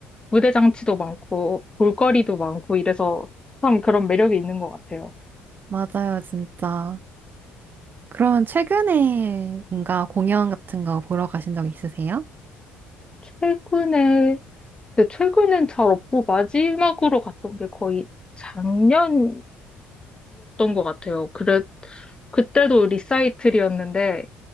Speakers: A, on the left; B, on the right.
A: 무대 장치도 많고 볼거리도 많고 이래서 참 그런 매력이 있는 것 같아요.
B: 맞아요, 진짜. 그러면 최근에 뭔가 공연 같은 거 보러 가신 적 있으세요?
A: 최근에, 근데 최근엔 잘 없고 마지막으로 갔던 게 거의 작년이었던 것 같아요. 그래, 그때도 리사이틀이었는데